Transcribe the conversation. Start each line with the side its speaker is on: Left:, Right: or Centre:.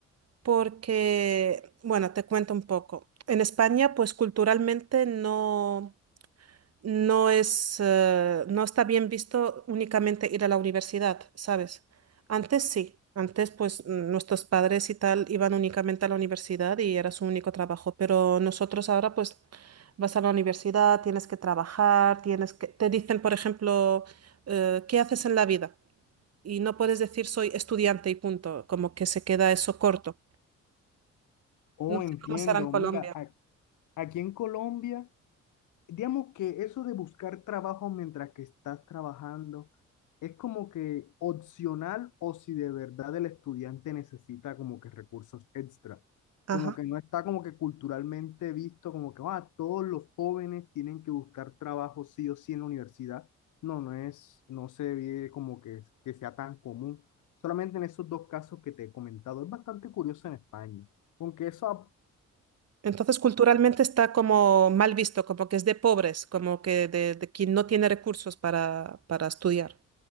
Right: porque, bueno, te cuento un poco. En España, pues culturalmente no, no es, eh, no está bien visto únicamente ir a la universidad, ¿sabes? Antes sí, antes pues mm, nuestros padres y tal iban únicamente a la universidad y era su único trabajo, pero nosotros ahora pues vas a la universidad, tienes que trabajar, tienes que, te dicen, por ejemplo, eh, ¿qué haces en la vida? Y no puedes decir soy estudiante y punto, como que se queda eso corto.
Left: Oh,
Right: No sé
Left: entiendo,
Right: cómo será en Colombia.
Left: mira, a- aquí en Colombia digamos que eso de buscar trabajo mientras que estás trabajando es como que opcional o si de verdad el estudiante necesita como que recursos extra.
Right: ajá
Left: Como que no está como que culturalmente visto como que ah, todos los jóvenes tienen que buscar trabajo sí o sí en la universidad. No, no es, no se ve como que, que sea tan común. Solamente en esos dos casos que te he comentado. Es bastante curioso en España. Aunque eso, ap-
Right: Entonces, culturalmente está como mal visto, como que es de pobres, como que de, de quien no tiene recursos para, para estudiar.